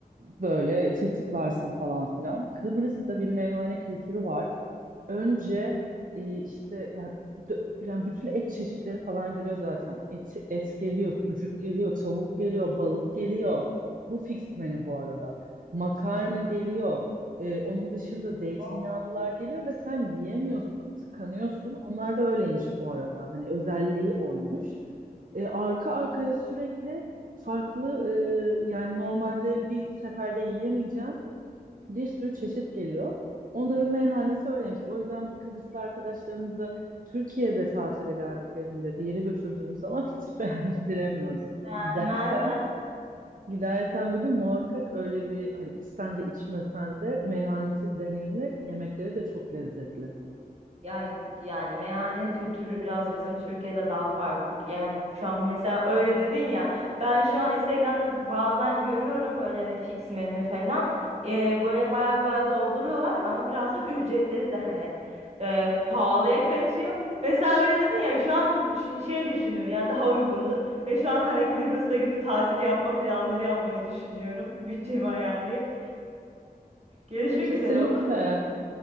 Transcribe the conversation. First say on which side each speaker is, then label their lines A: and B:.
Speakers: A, on the right (about 60°); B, on the right (about 45°).
A: böyle tırtıklarsın falan filan. Kıbrıs'ta
B: Hı.
A: bir meyhane kültürü var. Önce e, işte ya dö- yani bütün et çeşitleri falan geliyor zaten. Et et geliyor, sucuk geliyor, tavuk geliyor, balık geliyor. Bu fix menü bu arada. Makarna geliyor. Ee, onun dışında zeytinyağlılar
B: O
A: geliyor ve sen yiyemiyorsun, tıkanıyorsun. Onlar da öyleymiş bu arada. Hani özelliği oymuş. Ee, arka arkaya sürekli farklı e, yani normalde bir seferde yiyemeyeceğim bir sürü çeşit geliyor. Onların meyhanesi öyleymiş. O yüzden Kıbrıslı arkadaşlarımızı Türkiye'de tatile geldiklerinde bir yere götürdüğümüz zaman <laughs> hiç beğendiremiyoruz.
B: Beğenmezler.
A: Gidersen Gidersen bir gün muhakkak öyle bir hani içsen de içmesen de meyhanesi deneyimle yemekleri de çok lezzetli.
B: Ya yani meyhane kültürü biraz bizim Türkiye'de daha farklı. Yani şu an mesela öyle dedin ya. Ben şu an Instagram'da bazen görüyorum böyle hani fix menü falan. Ee, böyle baya baya dolduruyorlar ama biraz da ücretleri de hani e, pahalıya kaçıyor. Mesela öyle dedin ya şu an ş- şey düşündüm ya daha uygundur. Ve şu an hani Kıbrıs'ta gidip tatil yapma planları yapmayı düşünüyorum. Bütçemi ayarlayıp. Görüşmek
A: Ya kesinlikle.
B: üzere olur. mu?